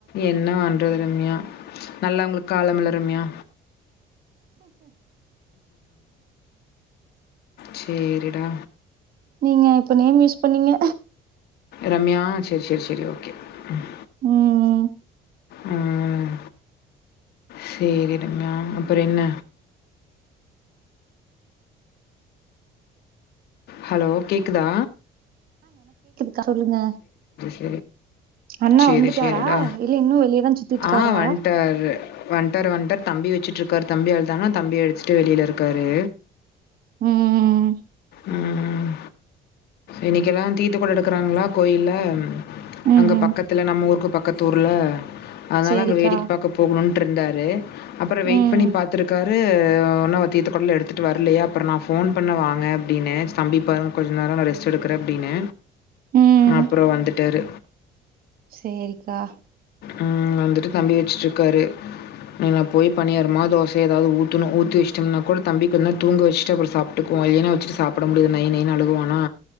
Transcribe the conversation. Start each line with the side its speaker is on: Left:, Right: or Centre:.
Left: என்ன வண்றது ரம்யா நல்லவங்ளுக் காலமில்ல ரம்யா சேரிடா
Right: நீங்க இப்ப நேம் யூஸ் பண்ணிங்க
Left: ரம்யா செர் செர் செரி ஓகே ம்
Right: ம்
Left: ம் சேரி ரம்யா அப்பற என்ன ஹலோ கேக்குதா
Right: கா சொல்லுங்க
Left: ரி
Right: அண்ணா
Left: செரி
Right: வந்துட்டாரா
Left: செரிடா
Right: இல்ல இன்னு வெளியதா சுத்திட்டு இருக்காரா
Left: ஆ வண்டாரு வண்டாரு வண்டார் தம்பி வெச் சுட்ருக்காரு தம்பி அழுதானா தம்பிய வெச்சுட்டு வெளில இருக்காரு
Right: ம்
Left: ம் இன்னைக்கெல்லா தீத்த கொட எடுக்கறாங்ளா கோயில்ல
Right: ம்
Left: அங்க
Right: ம்
Left: பக்கத்துல நம்ம ஊருக்கு பக் கத்தூர்ல அதனால
Right: சேரிக்கா
Left: அங்க வேடிக்க பாக்கப் போகணுன் ட்ருந்தாரு அப்பற வெயிட்
Right: ம்
Left: பண்ணி பாத்துருக்காரு ஒன்னு தீத்த கொடலா எடுத்துட்டு வர்லயா அப்ற நா ஃபோன் பண்ண வாங்க அப்டின்னு தம்பிய பாருங்க கொஞ்ச நேர நா ரெஸ் ட் எடுக்குற அப்டினு
Right: ம்
Left: அப்றோ வந்துட்டாரு
Right: சேரிக்கா
Left: ம் வந்துட்டு தம்பிய வெச்சுட்ருக்காரு ம் நா போய் பனியாரமா தோச எதாது ஊத்தனு ஊத்தி வெச்ட்டம்னா கூட தம்பிய கொஞ் நேர தூங்க வெச்ட்டு அப்றோ சாப்ட்டுக்குவோ இவன வெச்சுட்டு சாப்புட முடியாது நை நைனு அழுகுவானா